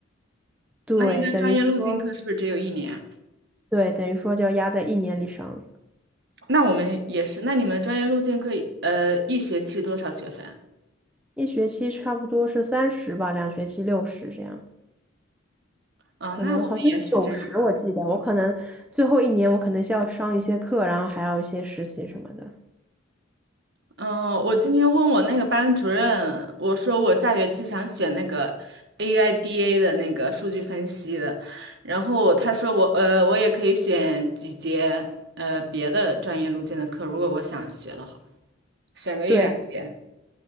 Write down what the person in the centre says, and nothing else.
对，
等于说对，等于说就要压在一年里上，
一学期差不多是三十吧，两学期六十这样，
可能好像是九十，
我记得我可能最后一年我可能需要上一些课，然后还要一些实习什么的。
对，